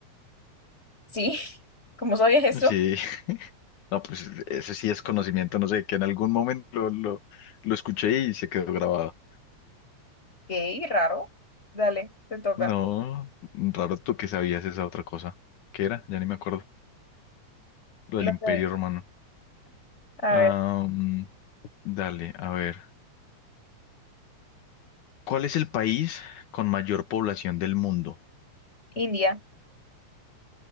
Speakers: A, on the left; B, on the left.
A: Sí, <laughs> ¿cómo sabías eso?
B: Sí, <laughs> no, pues ese sí es conocimiento, no sé, que en algún momento lo, lo, lo escuché y se quedó grabado.
A: Qué raro. Dale, te toca.
B: No, raro tú que sabías esa otra cosa. ¿Qué era? Ya ni me acuerdo. Lo
A: Los
B: del Imperio
A: de-
B: Romano.
A: a
B: Ah,
A: ver,
B: mm, dale, a ver. ¿Cuál es el país con mayor población del mundo?
A: India